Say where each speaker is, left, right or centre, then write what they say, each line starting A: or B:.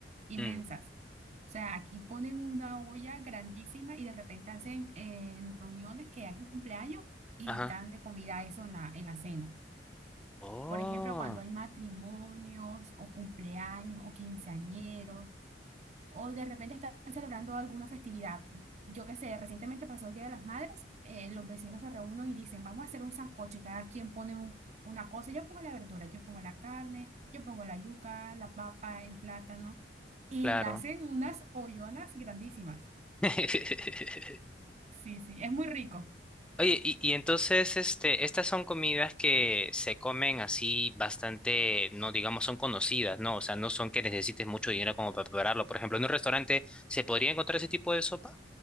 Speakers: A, on the right; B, in the centre.
A: inmensas.
B: Mm,
A: O sea, aquí ponen una olla grandísima y de repente hacen eh, en reuniones que hay un cumpleaños y
B: ajá.
A: dan de comida eso en la, en la cena.
B: Oh,
A: Por ejemplo, cuando hay matrimonios o cumpleaños o quinceañeros, o de repente están celebrando alguna festividad. Yo qué sé, recientemente pasó el Día de las Madres, eh, los vecinos se reúnen y dicen, vamos a hacer un sancocho, y cada quien pone un- una cosa, yo pongo la verdura, yo pongo la carne, yo pongo la yuca, la papa, el plátano, y
B: claro.
A: le hacen unas ollonas grandísimas.
B: <laughs>
A: Sí, sí, es muy rico.
B: Oye, y, y entonces, este, estas son comidas que se comen así bastante, no digamos, son conocidas, ¿no? O sea, no son que necesites mucho dinero como para prepararlo. Por ejemplo, en un restaurante, ¿se podría encontrar ese tipo de sopa?